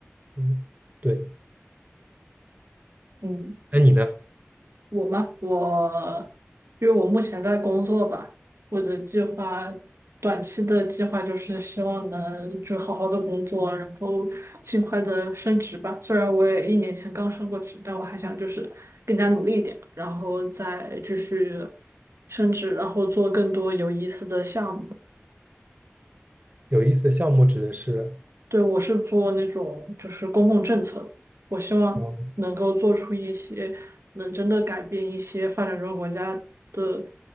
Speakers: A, on the right; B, on the right.
A: 嗯，对，
B: 嗯。
A: 那你呢？
B: 我吗？我，因为我目前在工作吧，我的计划，短期的计划就是希望能就好好的工作，然后尽快的升职吧。虽然我也一年前刚升过职，但我还想就是更加努力一点，然后再继续升职，然后做更多有意思的项目。
A: 有意思的项目指的是，
B: 对，我是做那种就是公共政策的，我希望能够做出一些能真的改变一些发展中国家的，
A: 哦，